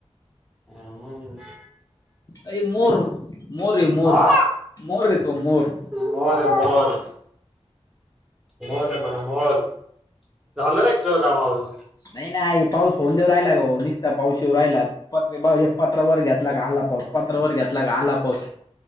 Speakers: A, in the centre; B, on the left.
A: ह मग.....
B: अई मोर, मोरये मोर,
A: हा
B: मोरये तो मोर.
A: मोर मोर. मोल हे मन मोल, झालं ये तुज काम आवरून.
B: नाही नाही पाऊस होऊन देव राहिला का भाऊ नीसता पाऊश येऊ राहिलात. पत्रे बाऊ एक पात्र वर घेतला का आला पाऊस. पात्रा वर घेतला का आला पाऊस,